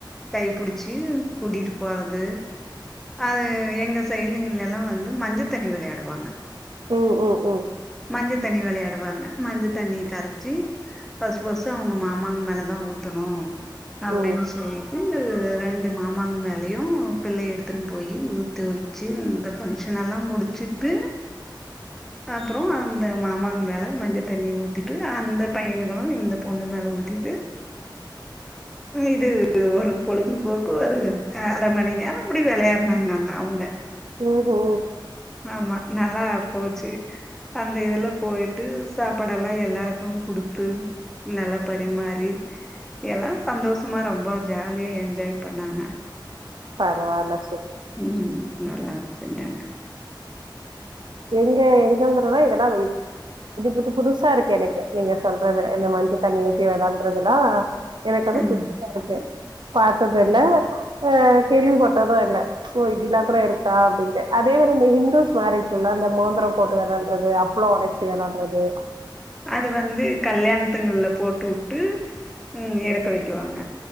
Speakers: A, in the centre; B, on the right.
A: கைபிடிச்சு கூட்டிட்டு போறது அது எங்க சய்டுங்கலல்லா வந்து மஞ்ச தண்ணி விளையாடுவாங்க
B: ஓ ஓ ஓ
A: மஞ்ச தண்ணி விளையாடுவாங்க மஞ்ச தண்ணி கர ச்சி ஃபஸ்ட் ஃபஸ்ட் அவங்க மாமாங்க மேல தா ஊத்தணு அப்டின்னு
B: ம்
A: சொல்லி <inaudible> ரெண்டு மாமாங்க மேலயு பிள்ளய எடுத்துன்னு போய் ஊத்த வச்சு இந்த ஃபங்ஷனல்லா முடிச்சுட்டு அப்றோ அந்த மாமாங்க மேல மஞ்ச தண்ணி ஊத்திட்டு அந்த பயன்களு இந்த பொண்ணு மேல உத்திட்டு இது ஒரு பொழுதுபோக்கு ஒரு அர மணி நேரோ அப்படி விளையாடுனான்னாங்க அவங்க
B: ஓஹோ
A: ஆமா நல்லா போச்சு அந்த இதுல போயிட்டு சாப்பாடல்லா எல்லாருக்கு குடுத்து நல்ல பரிமாறி எல்லா சந்தோஷமா ரொம்ப ஜாலியா என்ஜாய் பண்ணாங்க
B: பரவாயில்ல
A: உ உ நல்லா செஞ்சாங்க
B: எங்க எங்கதலா இதெல்லா புது புதுசா இருக்கு எனக்கு நீங்க சொல்றது இந்த மஞ்ச தண்ணி ஊத்தி விளையாட்ரதெல்லா எனக்கு அது
A: ம்
B: புத்சா இருக்கு பாத்தது இல்ல அ கேள்விப்பட்டது இல்ல ஓ இப்டில்லா கூட இருக்கா அப்படின்ட்டு அதே மாரி இந்த ஹிந்துஸ் மேரேஜ் இந்த மோந்திரோ போட்டு விளையாடுறது அப்பளோ உடச்சி விளையாடுறது
A: அது வந்து கல்யாணத்துங்கள்ல போட்டு விட்டு உ எறக்க வைக்குவாங்க